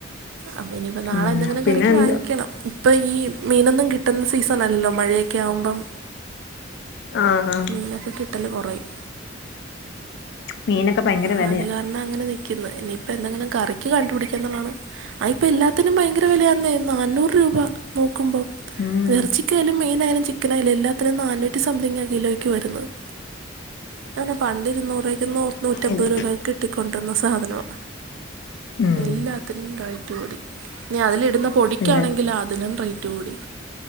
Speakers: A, on the right; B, on the left.
A: അപ്പൊ ഇനിയിപ്പോ നാളെ
B: ഉം
A: എന്തെങ്കിലും
B: പിന്നെ
A: കറിക്ക്
B: എന്ത്
A: വാങ്ങിക്കണം ഇപ്പയീ മീനൊന്നും കിട്ടുന്ന സീസണല്ലല്ലോ മഴയൊക്കെയാവുമ്പം
B: ആഹ്
A: മീനൊക്കെ കിട്ടല് കൊറയും
B: മീനൊക്കെ ഭയങ്കര
A: ആഹ്
B: വിലയാ
A: അത് കാരണം അങ്ങനെ നി ക്കുന്ന് ഇനിയിപ്പന്തെങ്കിലും കറിക്ക് കണ്ടുപിടിക്കന്നാണ് ആ ഇപ്പൊ എല്ലാത്തിനും ഭയങ്കര വെലയാന്നേ നാന്നൂറ് രൂപ നോക്കുമ്പം
B: ഉം
A: എറച്ചിക്കായാലും മീനായാലും ചിക്കനായാലും എല്ലാത്തിനും നാന്നുറ്റി സംതിങ കിലോയ്ക്ക് വരുന്നത് അതന്നെ പണ്ട് ഇരുന്നൂറ് രൂപക്കും നൂറ് നൂറ്റമ്പത്
B: ഇല്ല
A: രൂപക്ക് കിട്ടിക്കൊണ്ടിരുന്ന സാധനവാ
B: ഉം
A: എല്ലാത്തി നും റയ്റ്റ് കൂടി ഇനി അതിലിടുന്ന പൊടിക്കാണെങ്കിലാ
B: ഇല്ല
A: അതിനും റെയ്റ്റ് കൂടി